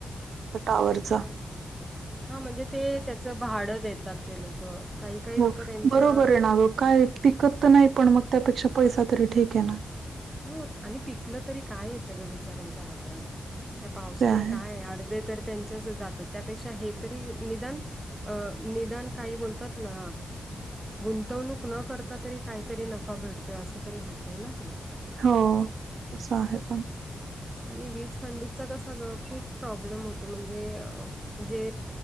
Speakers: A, on the right; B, on the right.
A: तर टाॉवरचा
B: हा म्हणजे ते त्याच भाडं देतात ते लोक काही काही
A: हो,
B: लोक त्यांच्या
A: बरोबर आहे ना गं. काय पिकत तर नाही पण मग त्यापेक्षा पैसा तरी ठीक आहे ना
B: हो आणि पिकलं तरी काय येतं ग बिचऱ्यांच्या हातात या पावसाने
A: ते आहे.
B: काय अर्धे तर त्यांच्याच जातात त्यापेक्षा हे तरी निदान अ निदान काही बोलतात ना गुंतवणूक न करता तरी काहीतरी नफा भेटतो असं तरी होतय ना ती
A: हो तस आहे पण.
B: आणि वीज खंडीचा कस खूप प्रॉब्लेम होतो म्हणजे जे